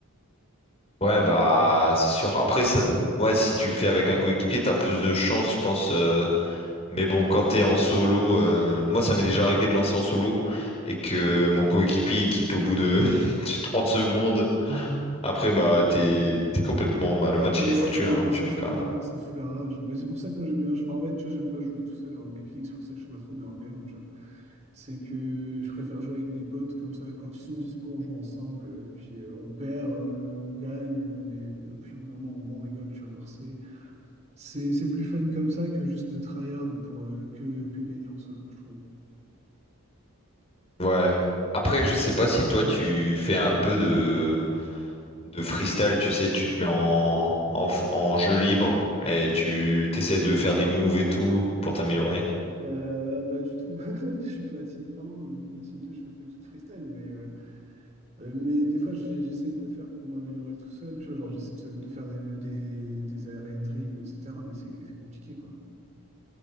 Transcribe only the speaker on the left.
Ouais, bah, c'est sûr. Après, ça... ouais, si tu le fais avec un coéquipier, t'as plus de chance, je pense. euh, Mais bon, quand t'es en solo... euh, Moi, ça m'est déjà arrivé de lancer en solo et que mon coéquipier il quitte au bout de <laughs> 30 secondes. Après, bah, t'es t'es complètement... Bah, le match,
il
est foutu, hein.
Je peux
plus rien
faire.
Ouais. Après, je sais pas si toi, tu fais un peu de... de freestyle, tu sais, tu te mets en, en, f- en jeu libre et tu t'essaies de faire des moves et tout pour t'améliorer.